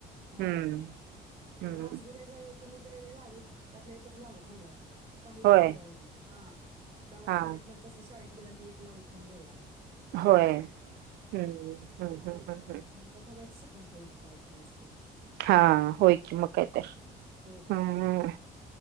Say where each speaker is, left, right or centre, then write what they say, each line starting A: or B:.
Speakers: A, on the right (about 30°); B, on the right (about 75°).
A: हा.
B: हम्म हम्म
A: राजगिऱ्याचा येत. तुम्ही दिलेले लाडू, त्यातला एकच लाडू खाल्लाय काही
B: होय
A: खाल्लेला नाही हा. दवाखान्यात
B: हा.
A: न तसं शाळेत गेला आणि ती एक लाडू खाऊन घरी आला.
B: होय ह् ह ह ह ह
A: तर बघायचं संध्याकाळी मग काय करायचं ते,
B: हा होय की मग काय
A: हं.
B: तर
A: हो हो
B: हम्म